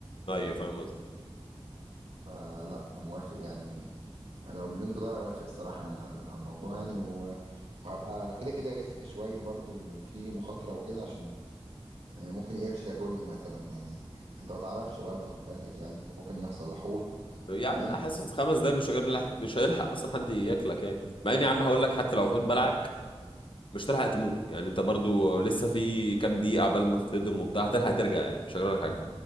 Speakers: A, on the left (about 55°); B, on the right (about 75°).
A: ايوه فاهم قصدي
B: فلا موافق يعني لو مليون دولار أوافق الصراحة يعني على على الموضوع يعني و... وهبقى كده كده ريسك شوية برضو وفي مخاطرة وكده عشان يعني ممكن قرش ياكلني مثلا يعني انت ما تعرفش برضه خد بالك يعني اللي ممكن يحصل حوت
A: يا عم
B: فاهم
A: لا حاسس خمس دقايق مش هجر- مش هيلحق اصلا حد ياكلك يعني مع اني يا عم هقول لك حتى لو حوت بلعك مش تلحق تموت يعني انت برضو لسه في كام دقيقه عبال ما تتصدم وبتاع هتلحق ترجع يعني مش هجرى لك حاجه